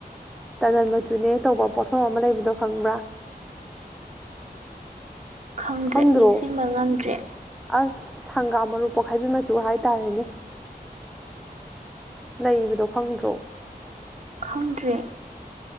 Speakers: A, in the centre; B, on the right.
A: ꯇꯅꯗꯟ ꯃꯆꯨꯅꯦ ꯇꯧꯕ ꯄꯣꯠꯐꯝ ꯑꯃ ꯂꯩꯕꯗꯣ ꯈꯪꯕ꯭ꯔꯥ
B: ꯈꯪꯗ꯭ꯔꯦ
A: ꯈꯪꯗ꯭ꯔꯣ
B: ꯅꯤꯡꯁꯤꯡꯕ ꯉꯝꯗ꯭ꯔꯦ
A: ꯑꯁ ꯍꯪꯒꯥꯝ ꯃꯔꯨ ꯄꯣꯛꯈꯥꯏꯕꯤ ꯃꯆꯨ ꯍꯥꯏꯇꯥꯔꯦꯅꯦ ꯂꯩꯕꯗꯣ ꯈꯪꯗ꯭ꯔꯣ
B: ꯈꯪꯗ꯭ꯔꯦ